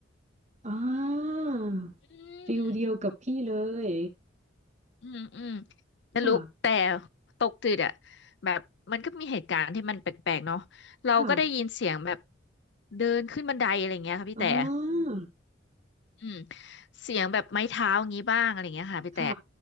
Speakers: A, on the right (about 35°); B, on the left (about 60°).
A: อ่า
B: อืม
A: ฟิลเดียวกับพี่เลย
B: อืมอืมแต่รู้แต่
A: ค่ะ
B: ตกตึกอะแบบมันก็มีเหตุการณ์ที่มันแปลกๆเนาะเราก็ได้ยินเสียงแบบ
A: ค่ะ
B: เดินขึ้นบันไดอะไรเงี้ยค่ะพี่แต่
A: อ่า
B: อืมเสียงแบบไม้เท้าอย่างงี้บ้างอะไรเงี้ยค่ะพี่แต่
A: ค่ะ